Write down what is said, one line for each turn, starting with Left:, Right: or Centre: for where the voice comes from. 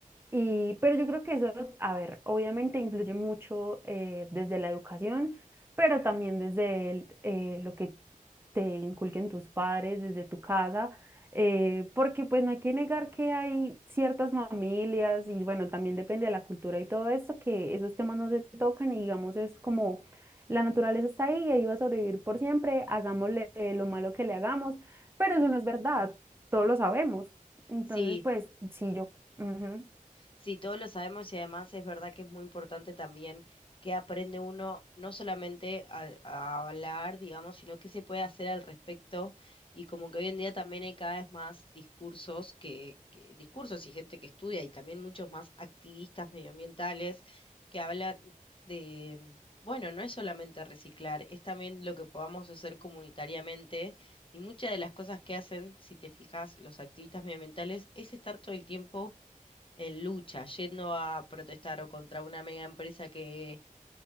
Right: Y, pero yo creo que eso, a ver, obviamente influye mucho eh, desde la educación, pero también desde el, eh, lo que te inculquen tus padres, desde tu casa, eh, porque pues no hay que negar que hay ciertas familias y bueno, también depende de la cultura y todo esto, que esos temas no se tocan y digamos es como la naturaleza está ahí y ahí va a sobrevivir por siempre, hagámosle eh, lo malo que le hagamos, pero eso no es verdad, todos lo sabemos. Entonces,
Left: Sí,
Right: pues sí, yo... ujú.
Left: Sí, todos lo sabemos y además es verdad que es muy importante también que aprende uno no solamente a, a hablar, digamos, sino que se puede hacer al respecto y como que hoy en día también hay cada vez más discursos que, que- discursos y gente que estudia y también muchos más activistas medioambientales que hablan de, bueno, no es solamente reciclar, es también lo que podamos hacer comunitariamente y muchas de las cosas que hacen, si te fijas, los activistas medioambientales es estar todo el tiempo en lucha, yendo a protestar o contra una mega empresa que